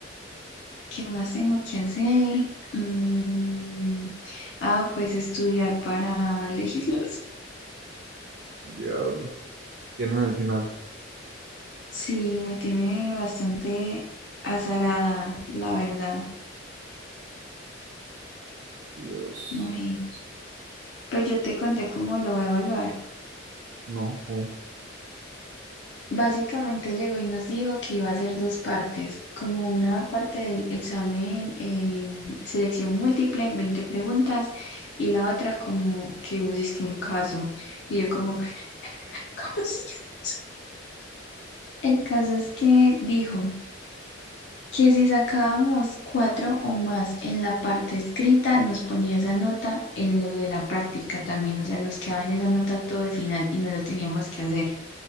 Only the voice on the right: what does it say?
Diablo. Tienen el final.
Dios.
No, ¿cómo?